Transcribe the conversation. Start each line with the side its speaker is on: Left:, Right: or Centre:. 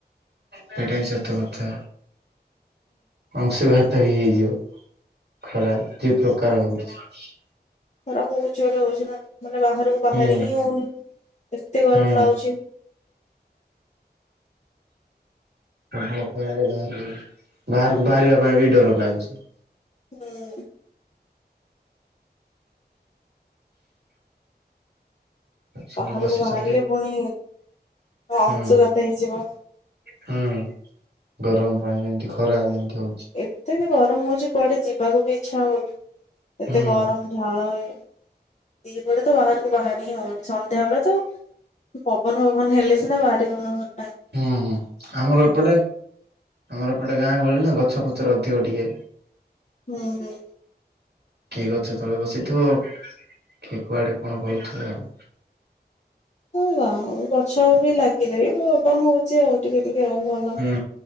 Right: ସେଇଟା ବି ସତ କଥା। ଅଂଶୁଘାତ ତ ହେଇ ହେଇଯିବ। ଖରା ଯୋଉ ପ୍ରକାର ହଉଛି।
Left: ଖରା ବହୁତ୍ ଜୋରେ ହଉଛି ନା। ମାନେ ବାହାରକୁ ବାହାରି
Right: ହୁଁ।
Left: ହିଁ ହଉନି। ଏତେ ଗରମ
Right: ହୁଁ
Left: ଲାଗୁଛି।
Right: ଏଭଳିଆ ଖରାରେ ବାହାରକୁ ବାହାରକୁ ବାହାରିବା ପାଇଁ ବି ଡର ଲାଗୁଛି।
Left: ହୁଁ।
Right: ସବୁ
Left: ବାହାରକୁ
Right: ବସିଛନ୍ତି
Left: ବାହାରିଲେ ପୁଣି ଅଂଶୁଘାତ
Right: ହୁଁ
Left: ହେଇଯିବ।
Right: ହୁଁ ଗରମ ପାଣି ଯେମିତି ଖରା ଯେମିତି ହଉଛି।
Left: ଏତେ ବି ଗରମ ହଉଛି କୁଆଡେ ଯିବାକୁ ବି ଇଚ୍ଛା ହବ କି? ଏତେ
Right: ହୁଁ।
Left: ଗରମ ଝାଳ ହୁଏ। ଦିପଟ ତ ବାହାରକୁ ବାହାର ହିଁ ହଉନି। ସନ୍ଧ୍ୟାବେେଳେ ତ ପବନ ଫବନ ହେଲେ ସିନା ବାହାରିବ।
Right: ହୁଁ ହୁଁ ଆମର ଏପଟେ ଆମର ଏପଟେ ଗାଁ ଗହଳି ନା। ଗ ଛ ପଛର ଅଧିକ ଟିକେ।
Left: ହୁଁ ହୁଁ।
Right: କିଏ ଗଛ ତଳେ ବସିଥିବ। କିଏ କୁଆଡେ କଣ କରୁଥିବ ଆଉ।
Left: ହଉ ଗଛ ବି ଲାଗିଲେ ବି ପବନ ହଉଛି ଆଉ ଟିକେ ଟିକେ ଆଉ ଭଲ
Right: ହୁଁ।